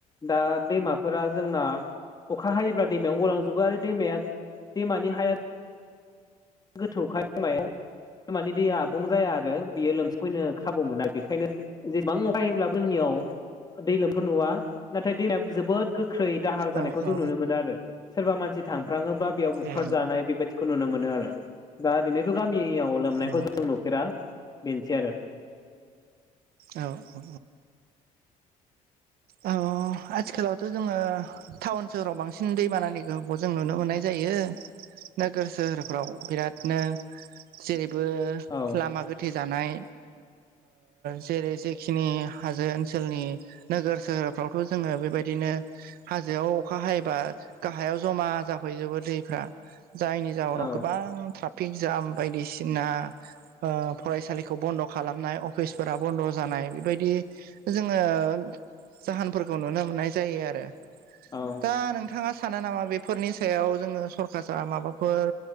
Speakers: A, on the left (about 25°); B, on the right (about 75°).
A: दा दैमाफोरा जोंना अखा हायोब्ला दैमायावनो गलांजोबो आरो दैमाया दै मानि हाया गोथौ खाय मानि दैया आबुं जाया आरो बियो लोमसफैनो खाबु मोना बेखायनो जेसेबां अखा‌ हायोब्लाबो जोंनियाव दै्लोमफोर नुवा नाथाय दैमाया जोबोद गोख्रै दाहार जानायखौ
B: औ
A: जों
B: औ
A: नुनो मोनो आरो सोरबा मानसि थांफ्राङोब्ला बेयाव बुखार
B: ए
A: जानाय बेबायदिखौ नुनो मोनो आरो दा ओरैनोथ' गामियाव लोमनायखौ
B: औ
A: जों नुफेरा बेनोसै आरो
B: औ औ औ औ आथिखालावथ' जोङो टाउन सोहराव बांसिन दैबानानि गोहोमखौ जों नुनो मोननाय जायो नोगोर सोहोरफ्राव बिरादनो जेरैबो
A: औ
B: लामा गोथे जानाय जेरै जेखिनि हाजो ओनसोलनि नोगोर सोहोरफ्रावथ' जोङो बेबायदिनो हाजोआव अखा हायोबा गाहायाव जमा जाफैजोबो दैफ्रा जायनि जाउनाव
A: औ
B: गोबां जाम बायदिसिना फरायसालिखौ बन्द' खालामनाय अफिसफोराव बन्द' जानाय बेबायदि जोङो जाहोनफोरखौ नुनो मोननाय जायो आरो
A: औ
B: दा नोंथां नोंथाङा सानो नामा बेफोरनि सायाव जोङो सरकारा माबाफोर